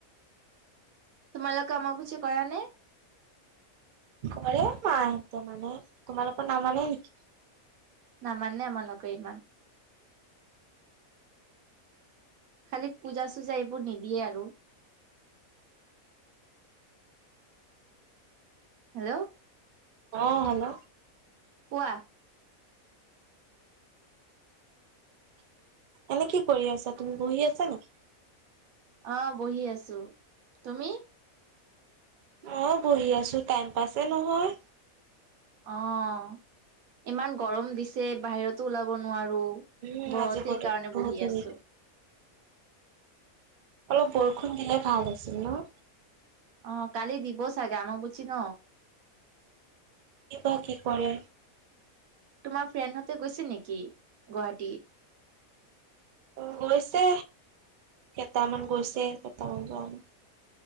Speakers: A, on the right; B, on the right.
A: তোমালোকে অম্বুবাচী কৰা নে?
B: কৰে মাহেঁতে মানে। তোমালোকৰ নামানে নেকি?
A: মানে আমাৰলোকে ইমান। খালি পূজা-চূজা এইবোৰ নিদিয়ে আৰু। হেল্ল'!
B: অ' হেল্ল'!
A: কোৱা।
B: এনে কি কৰি আছা তুমি, বহি আছা নেকি?
A: আহ, বহি আছো। তুমি?
B: মইয়ো বহি আছো, টাইম পাছে নহয়।
A: অ' ইমান গৰম দিছে বাহিৰতো ওলাব নোৱাৰো। আৰু
B: উম
A: ঘৰতেই
B: আজি বতৰটো
A: সেইকাৰণে বহি
B: বহুত
A: আছো।
B: হেৰি অলপ বৰষুণ দিলে ভাল আছিল ন।
A: অহ, কালি দিব চাগে অম্বুবাচী ন।
B: কি বা কি কৰে?
A: তোমাৰ ফ্ৰেণ্ডহ'তে গৈছে নেকি গুৱাহাটীত?
B: উম, গৈছে কেইটামান গৈছে, কেইটামান যোৱা নাই।